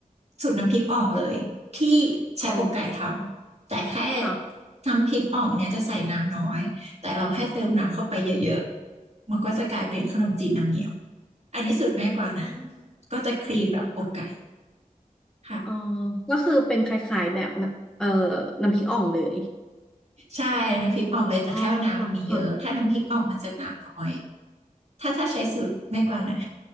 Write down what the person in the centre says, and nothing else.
<laughs> อ๋อค่ะ
อ๋อ
อ๋อก็คือเป็นคล้ายๆแบบน่ะเอ่อน้ำพริกอ่องเลย
อ๋อค่ะ